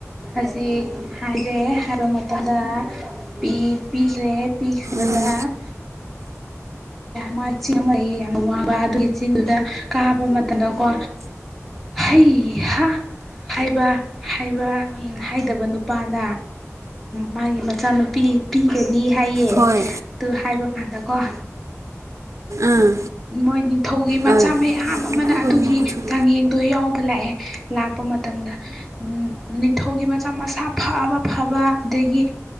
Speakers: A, in the centre; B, on the right.
A: ꯑꯁꯤ ꯍꯥꯏꯔꯦ ꯍꯥꯏꯕ ꯃꯇꯝꯗ ꯄꯤꯈ꯭ꯔꯦ ꯄꯤꯈꯤꯕꯗ
B: ꯎꯝ
A: ꯃꯥ ꯆꯤꯡ ꯑꯃ ꯌꯥꯝꯅ ꯋꯥꯡꯕ ꯑꯗꯨꯒꯤ ꯆꯤꯡꯗꯨꯗ ꯀꯥꯕ ꯃꯇꯝꯗꯀꯣ ꯍꯩ ꯍꯥ ꯍꯥꯏꯕ ꯍꯥꯏꯕ ꯍꯥꯏꯗꯕ ꯅꯨꯄꯥꯗ ꯃꯥꯒꯤ ꯃꯆꯥꯅꯨꯄꯤ ꯄꯤꯒꯅꯤ ꯍꯥꯏꯌꯦ
B: ꯍꯣꯏ
A: ꯇꯧ ꯍꯥꯏꯕ ꯑꯗꯀꯣ
B: ꯎꯝ
A: ꯃꯣꯏ ꯊꯧꯒꯤ ꯃꯆꯥ
B: ꯍꯣꯏ
A: ꯃꯌꯥꯝ ꯑꯃ ꯑꯃꯅ
B: ꯍꯣꯏ ꯎꯝ ꯍꯣꯏ
A: ꯑꯗꯨꯒꯤ
B: ꯍꯣꯏ
A: ꯆꯥꯡꯌꯦꯡꯗꯣ ꯌꯥꯎꯕ ꯂꯥꯛꯑꯦ ꯂꯥꯛꯄ ꯃꯇꯝ ꯃꯇꯝꯗ ꯎꯝ ꯅꯤꯡꯊꯧꯒꯤ ꯃꯆꯥ ꯃꯁꯥ ꯐꯕ ꯐꯕ ꯑꯗꯒꯤ